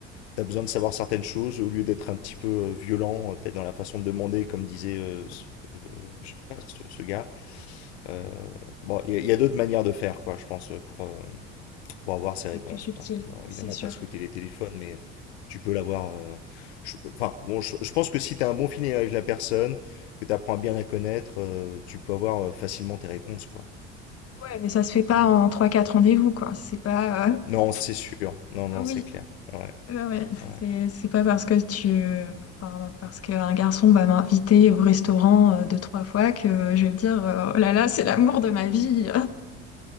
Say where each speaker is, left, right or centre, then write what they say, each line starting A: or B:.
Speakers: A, on the left; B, on the left.
A: t'as besoin de savoir certaines choses au lieu d'être un petit peu euh, violent, euh, peut-être dans la façon de demander, comme disait euh, ce, euh, je sais pas, ce, ce gars. Euh, bon, il y a- y a, d'autres manières de faire, quoi, je pense, pour, euh, pour avoir ces réponses,
B: le plus subtil,
A: quoi. Alors
B: c'est
A: évidemment,
B: sûr.
A: pas squatter les téléphones, mais tu peux l'avoir. euh, je- Enfin, bon, je, je pense que si t'as un bon feeling avec la personne, que t'apprends à bien la connaître, euh, tu peux avoir euh, facilement tes réponses, quoi.
B: Ouais, mais ça se fait pas
A: Mais,
B: en
A: euh,
B: trois quatre rendez-vous, quoi. C'est pas. euh,
A: non, c'est sûr. Non, non,
B: Oui,
A: c'est clair. Ouais,
B: ouais, ouais.
A: ouais,
B: C'est, c'est pas parce que tu. Enfin, parce qu'un garçon va m'inviter au restaurant euh, deux, trois fois que je vais me dire, euh, oh là là, c'est l'amour de ma vie.